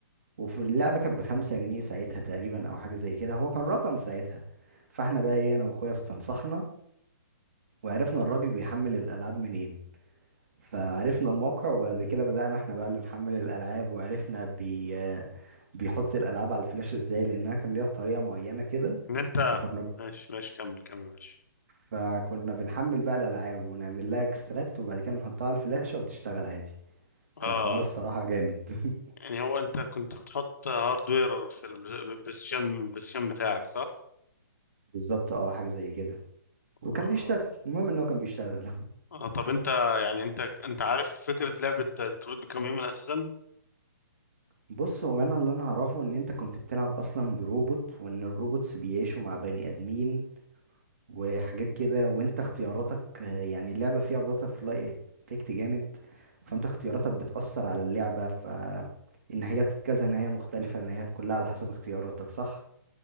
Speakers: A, on the right (about 40°); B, on the left (about 50°).
A: وفي اللعبة كانت بخمسة جنيه ساعتها تقريبا أو حاجة زي كده هو كان رقم ساعتها فاحنا بقى ايه أنا وأخويا استنصحنا وعرفنا الراجل بيحمل الألعاب منين فعرفنا الموقع وبعد كده بدأنا احنا بقى اللي نحمل الألعاب وعرفنا بي بيحط الألعاب على الفلاش ازاي لأنها كان ليها طريقة معينة كده
B: <laughs> ان انت
A: فكنا
B: ماشي ماشي كمل كمل ماشي
A: فكنا بنحمل بقى الألعاب ونعمل لها اكستراكت وبعد كده نحطها على الفلاشة وتشتغل عادي
B: اه
A: كان حوار الصراحة جامد
B: يعني هو انت كنت بتحط هاردوير في البلايستيشن البلايستيشن بتاعك صح؟
A: <laughs> بالظبط اه حاجة زي كده وكان
B: آه.
A: بيشتغل المهم ان هو كان بيشتغل <laughs>
B: اه طب انت يعني انت انت عارف فكرة لعبة ديترويت بيكام هيومن اساسا؟
A: بص هو انا اللي انا اعرفه ان انت كنت بتلعب اصلا بروبوت وان الروبوتس بيعيشوا مع بني ادمين وحاجات كده وانت اختياراتك آه، يعني اللعبة فيها باتر فلاي افكت جامد فانت اختياراتك بتأثر على اللعبة فالنهايات كذا نهاية مختلفة النهايات كلها على حسب اختياراتك صح؟